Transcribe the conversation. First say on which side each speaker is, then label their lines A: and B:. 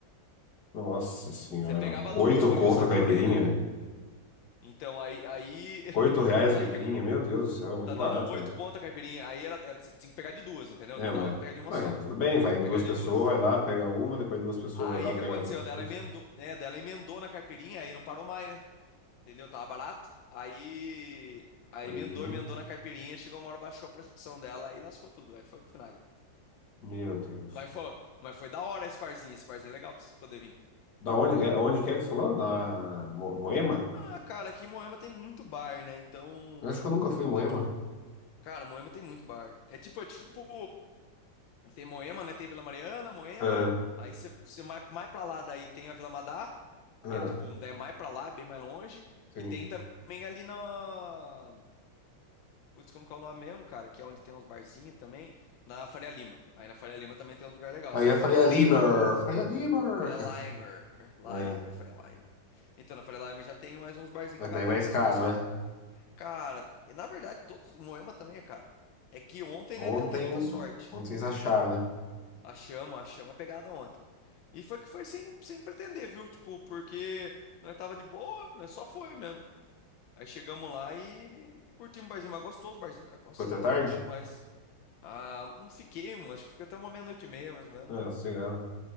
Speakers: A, on the left; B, on the left.
A: Nossa senhora.
B: Você pegava
A: Oito
B: duas, escolhia
A: conto
B: o sabor
A: a caipirinha,
B: ainda.
A: velho.
B: Então aí, aí,
A: Oito
B: <laughs>
A: reais
B: aí
A: a caipirinha?
B: que acon-
A: Meu Deus do céu, é muito
B: tá dando
A: barato,
B: um oito
A: velho.
B: conto a caipirinha. Aí era, era, você tinha que pegar de duas, entendeu?
A: É,
B: Não
A: mas
B: dava pra pegar de uma
A: ué,
B: só.
A: tudo bem,
B: Tinha
A: vai
B: que
A: em
B: pegar
A: duas pessoas,
B: de duas.
A: vai lá, pega uma, depois duas pessoas,
B: Aí
A: vai lá,
B: o
A: pega
B: que aconteceu?
A: as outras
B: Dela
A: duas.
B: emendou, né? Dela emendou na caipirinha, aí não parou mais, né? Entendeu? Tava barato. Aí, aí
A: Aí,
B: emendou, emendou na caipirinha, chegou uma hora, baixou a pressão dela aí lascou tudo. Aí foi pro vinagre.
A: meu Deus.
B: Mas foi, mas foi da hora esse barzinho, esse barzinho é legal pra vocês poderem vir.
A: Da onde, é, onde que é que você falou? Na Mo- Moema?
B: Ah, cara, aqui em Moema tem muito bar, né? Então,
A: Eu acho que eu nunca fui
B: então,
A: em Moema.
B: tipo, cara, Moema tem muito bar. É tipo, é tipo Tem Moema, né? Tem Vila Mariana, Moema.
A: Ah,
B: Aí você você mais, mais pra lá daí tem a Vila Madá,
A: ah,
B: que é tipo, daí é mais pra lá, é bem mais longe.
A: entendi.
B: E tem também ali na. Putz, como que é o nome mesmo, cara? Que é onde tem uns barzinhos também. Na Faria Lima. Aí na Faria Lima também tem uns lugares legais.
A: Aí
B: Você
A: eu
B: já foi
A: falei
B: na Faria
A: a Liber,
B: Lima, né?
A: falei a Liber,
B: Faria
A: cara.
B: Limer. Limer,
A: É,
B: Faria Limer. Então, na Faria Limer já tem mais uns barzinhos
A: mas
B: legais
A: daí é
B: também.
A: mais
B: Eu
A: caro,
B: fui no. Sa-
A: né?
B: Cara, na verdade, todos. Moema também é caro. É que ontem,
A: Ontem,
B: né, deu muita sorte.
A: ontem vocês acharam, né?
B: Achamos, achamos a pegada ontem. E foi que foi sem, sem pretender, viu? Tipo, porque nós tava de boa, nós só foi mesmo. Aí chegamos lá e curtimos o barzinho, mas gostoso o barzinho, cara. Nossa
A: Ficou até
B: vida,
A: tarde?
B: bom demais. Ah, não fiquei, mano. Acho que fica até uma meia-noite e meia, mais ou menos.
A: Ah, sossegado.